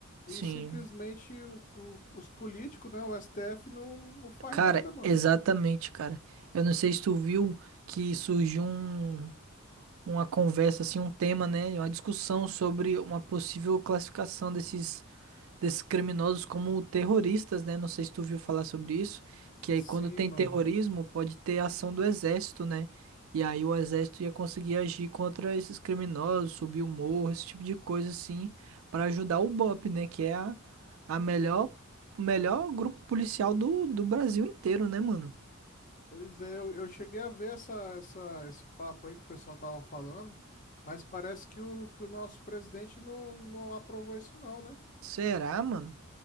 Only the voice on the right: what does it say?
Sim.
Cara,
exatamente, cara. Eu não sei se tu viu que surgiu um, uma conversa, assim, um tema, né? Uma discussão sobre uma possível classificação desses. desses criminosos como terroristas, né? Não sei se tu viu falar sobre isso, que aí
quando tem
terrorismo pode ter ação do exército, né? E aí o exército ia conseguir agir contra esses criminosos, subir o morro, esse tipo de coisa assim, para ajudar o BOP, né? Que é a, a melhor, o melhor grupo policial do, do Brasil inteiro, né, mano?
Será, mano?